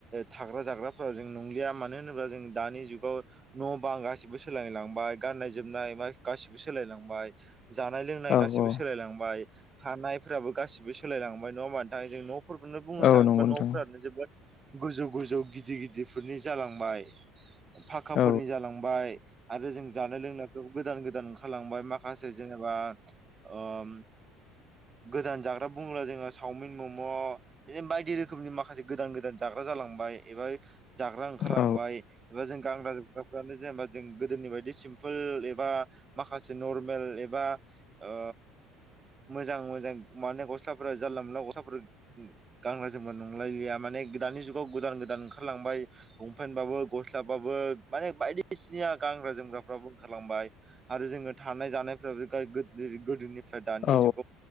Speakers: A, on the right; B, on the left.
A: थाग्रा जाग्राफोरा जों नंलिया मानो होनोबा जों दानि जुगाव न' बां गासिबो सोलाय लांबाय गाननाय जोमनाय गासिबो सोलायलांबाय। जानाय लोंनाय
B: औ
A: गाैबो
B: औ
A: सोलायलांबाय थानायफ्राबो गासिबो सोलायलांबाय नङा होमबा नोंथां जों न' फोरखौनो बुंनो
B: औ
A: थाङोबा
B: नंगौ नोंथां
A: न'फोरानो जोबोद गोजौ गोजौ गिदिर गिदिरफोरनि जालांबाय फाखाफोरनि
B: औ
A: जालांबाय आरो जों जानो लोंनायफ्राबो गोदान गोदान ओंखारलांबाय माखासे जेनेबा ओम
B: <inaudible>
A: गोदान जाग्रा बुङोब्ला जोङो सावमिन मम' बिदिनो बायदि रोखोमनि माखासे गोदान गोदान जाग्रा जालां बाय एबा जाग्रा ओंखारलांबाय
B: औ
A: एबा जों गानग्रा जोम ग्राफ्रानो जेनेबा जों गोदोनि बायदि सिम्पोल एबा माखासे नरमेल एबा ओ मोजां मोजां माने गस्लाफोरा जानला मोनला गस्लाफोर गान्रा जोमग्रा नंलायलिया माने दानि जुगाव गोदान गोदान ओंखारलांबाय लंपेनबाबो गस्लाबाबो माने बायदिसिना गां गानग्रा जोमग्राफ्राबो ओखारलांबाय आरो जोङो थानाय जानाय फ्राबो गा गोदो गोदोनिफ्राय दानि
B: औ
A: जुग